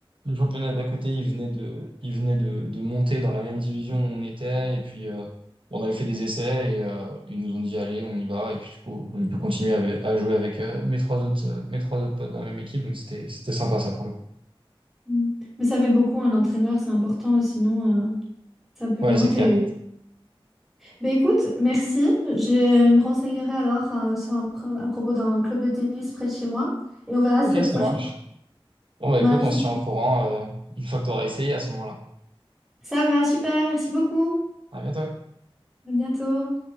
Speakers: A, on the right; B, in the centre.
A: le championnat d'à côté, il venait de, il venait de, de monter dans la même division où on était. Et puis, euh, on avait fait des essais et euh, ils nous ont dit, allez, on y va. Et puis, du coup, on a pu continuer avec- à, jouer avec euh, mes trois autres, euh, mes trois autres potes dans la même équipe. Donc, c'était, c'était sympa, ça, pour le coup.
B: Mm. Mais ça fait beaucoup, un entraîneur, c'est important, sinon euh, ça peut
A: Ouais,
B: vraiment
A: c'est
B: te...
A: clair.
B: Mais écoute, merci. Je me renseignerai alors euh, sur un pro- à propos d'un club de tennis près de chez moi et on verra
A: Ok,
B: si cette
A: ça
B: fois
A: marche.
B: je peux
A: Bon, bah
B: maintenir.
A: écoute, on se tient au courant euh, une fois que tu auras essayé à ce moment-là.
B: Ça va, super, merci beaucoup.
A: À bientôt.
B: À bientôt.